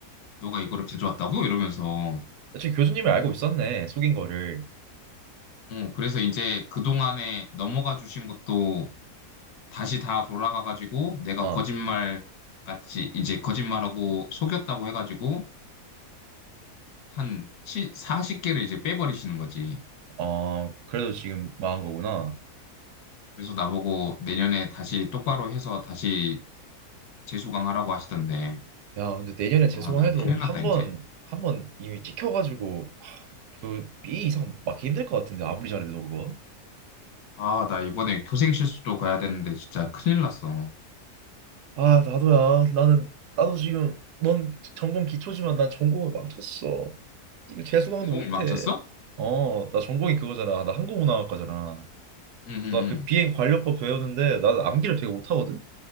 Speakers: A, on the left; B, on the right.
A: 너가 이거를 가져왔다고? 이러면서
B: 지금 교수님이 알고 있었네, 속인 거를.
A: 어 그래서 이제 그동안에 넘어가 주신 것도 다시 다 돌아가 가지고 내가
B: 어,
A: 거짓말 같이 이제 거짓말하고 속였다고 해가지고 한 40개를 이제 빼버리시는 거지.
B: 어, 그래도 지금 망한 거구나.
A: 그래서 나보고 내년에 다시 똑바로 해서 다시 재수강하라고 하시던데,
B: 야, 근데 내년에 재수강해도
A: 아, 나 큰일 났다,
B: 한 번,
A: 이제.
B: 한 번 이미 찍혀가지고 하, 그 B 이상 맞기 힘들 것 같은데 아무리 잘해도 그거.
A: 아, 나 이번에 교생 실습도 가야 되는데 진짜 큰일 났어.
B: 아, 나도야. 나는 나도 지금 넌 전공 기초지만 난 전공을 망쳤어. 이거 재수강도
A: 전공을
B: 못해.
A: 망쳤어?
B: 어, 나 전공이 그거잖아. 나 한국문화학과잖아.
A: 응, 응,
B: 나 그 비행 관료법 배우는데 나는 암기를 되게 못하거든.